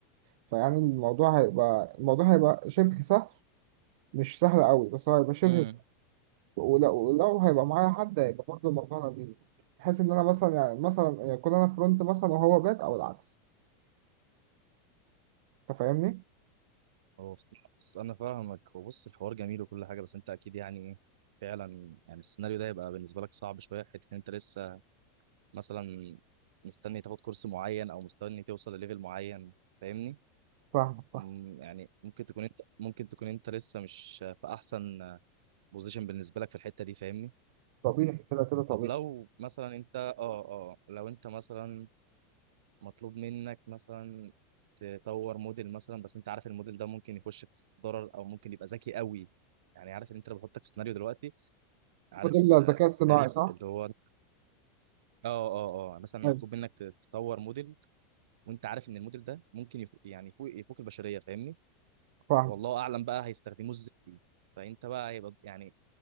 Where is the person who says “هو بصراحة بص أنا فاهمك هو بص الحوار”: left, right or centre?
Right